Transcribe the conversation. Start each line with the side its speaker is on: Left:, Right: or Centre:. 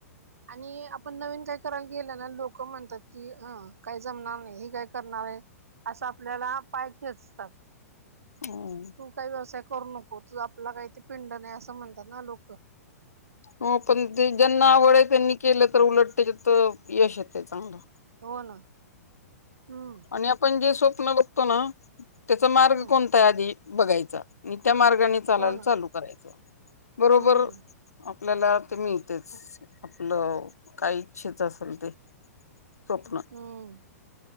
Right: आणि आपण नवीन काय करा गेल्या लोक म्हणतात की अ काय जमणार नाही हे काय करणार आहे असं आपल्याला पाय खेचतात
Left: हो
Right: तू काही व्यवसाय करू नको तू आपला काही ते पिंड नाही असं म्हणतात ना लोक
Left: हो पण ते ज्यांना आवड
Right: हम्म
Left: आहे त्यांनी केलं तर उलट त्याच्या तर यश येतय चांगलं
Right: हो ना हम्म
Left: आणि आपण जे स्वप्नन बघतो ना त्याचा मार्ग
Right: हम्म
Left: कोणता आधी बघायचा आणि त्या मार्गाने चालायला
Right: हो ना
Left: चालू करायच बरोबर
Right: हम्म
Left: आपल्याला ते मिळतेच आपलं काय इच्छच असेल ते स्वप्न
Right: हम्म